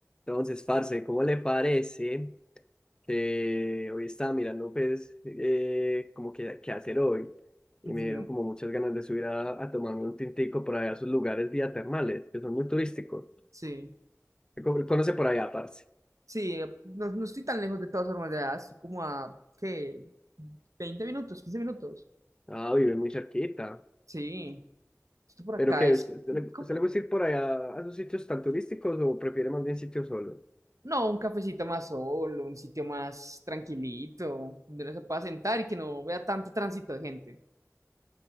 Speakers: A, on the left (about 15°); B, on the right (about 80°).
A: Entonces, parce, ¿cómo le parece que hoy estaba mirando, pues, eh, como que qué hacer hoy? Y
B: Ujú,
A: me dieron como muchas ganas de subir a, a tomarme un tintico por allá a sus lugares vía termales, que son muy turísticos.
B: Sí,
A: ¿Qué co- ¿Conoce por allá, parce?
B: sí, eh, no, no estoy tan lejos de todas formas de allá, estoy como a, ¿qué? 20 minutos, 15 minutos.
A: Ah, vive muy cerquita.
B: Sí, esto por acá
A: ¿Pero qué?
B: es
A: ¿Usted usted le,
B: como-
A: usted le gusta ir por allá a esos sitios tan turísticos o prefiere más bien sitios solos?
B: no, un cafecito más solo, un sitio más tranquilito, donde uno se pueda sentar y que no vea tanto tránsito de gente.